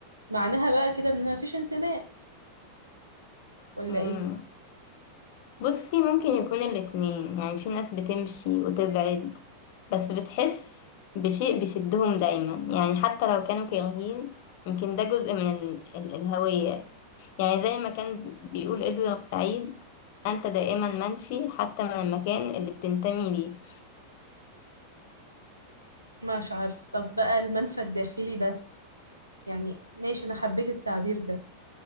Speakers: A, on the right; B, on the left.
A: معناها بقى كده ان انا مفيش انتماء ولا
B: مم.
A: ايه
B: بصي ممكن يكون الاتنين يعني في ناس بتمشي وتبعد بس بتحس بشيء بيشدهم دايما يعني حتى لو كانوا كارهين يمكن ده جزء من ال ال الهوية يعني زي ما كان بيقول إدوارد سعيد أنت دائما منفي حتى من المكان اللي بتنتمي ليه
A: مش عارف طب بقى المنفى الداخلي ده يعني ماشي انا حبيت التعبير ده